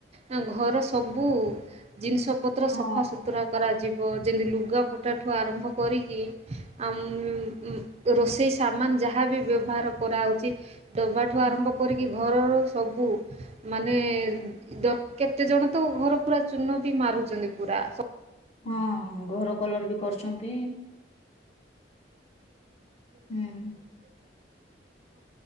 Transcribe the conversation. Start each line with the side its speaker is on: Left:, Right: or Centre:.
Right: ଆଁ ଘର ସବୁ ଜିନିଷ ପତ୍ର
Left: ହଁ
Right: ସଫାସତୁରା କରା ବ ଯେମିତି ଲୁଗାପଟାଠୁ ଆରମ୍ଭ କରିକି ଆ ଉଁ ରୋଷେଇ ସାମାନ ଯାହା ବି ବ୍ୟବହାର କରାହୋଉଚି ଡବାଠୁ
Left: ହୁଁ
Right: ଆରମ୍ଭ କରିକି
Left: ହୁଁ।
Right: ଘରର ସବୁ ମାନେ ଦର କେତେଜଣ ତ ଘର ପୁରା ଚୂନ ବି ମାରୁଚନ୍ତି ପୁରା ସ
Left: ହଁ ଘର କଲର ବି କରୁଛନ୍ତି ହୁଁ।